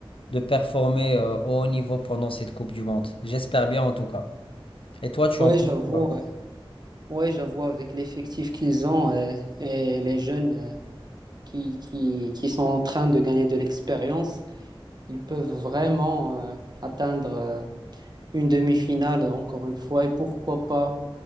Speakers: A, on the left; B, on the right.
A: de performer euh, au haut niveau pendant cette Coupe du Monde. J'espère bien en tout cas. Et toi, tu
B: Ouais,
A: en penses
B: j'avoue,
A: quoi?
B: euh, ouais, j'avoue, avec l'effectif qu'ils ont euh, et les jeunes euh, qui, qui, qui sont en train de gagner de l'expérience, ils peuvent vraiment euh, atteindre euh, une demi-finale encore une fois, et pourquoi pas